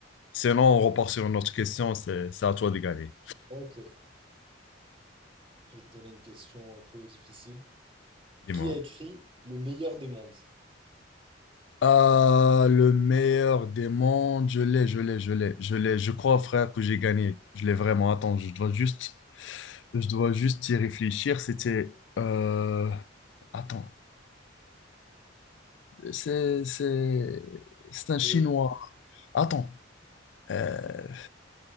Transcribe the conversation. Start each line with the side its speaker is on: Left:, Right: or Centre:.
Left: Sinon, on repart sur une autre question, c'est c'est à toi de gagner.
Right: Ok. Je vais te donner une question un peu difficile.
Left: Dis-moi.
Right: Qui a écrit Le meilleur des mondes?
Left: Ah, le meilleur des mondes, je l'ai, je l'ai, je l'ai, je l'ai. Je crois, frère, que j'ai gagné. Je l'ai vraiment. Attends, je dois juste, je dois juste y réfléchir. C'était, euh, attends, c'est, c'est, c'est un Chinois.
Right: C'est...
Left: Attends. euh,